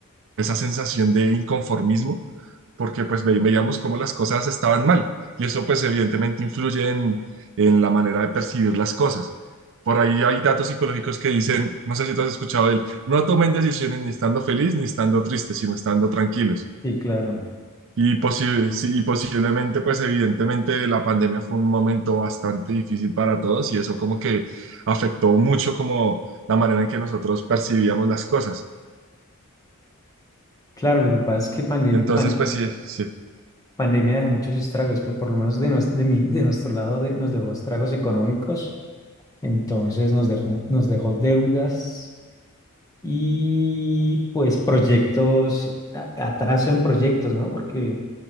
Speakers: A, on the right (about 60°); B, on the left (about 15°).
A: esa sensación de inconformismo, porque pues ve- veíamos cómo las cosas estaban mal y eso pues evidentemente influye en, en la manera de percibir las cosas. Por ahí hay datos psicológicos que dicen, no sé si tú has escuchado de él, no tomen decisiones ni estando feliz ni estando triste, sino estando tranquilos.
B: Sí, claro.
A: Y, posi- sí, y posiblemente, pues evidentemente la pandemia fue un momento bastante difícil para todos y eso como que afectó mucho como la manera en que nosotros percibíamos las cosas.
B: Claro, lo que pasa es que pande-
A: Entonces,
B: pan-
A: pues sí, sí,
B: pandemia dejó muchos estragos, pues por lo menos de, nues- de, mi- de nuestro lado de- nos dejó estragos económicos, entonces nos dejó, nos dejó deudas y pues proyectos, a- atraso en proyectos, ¿no? Porque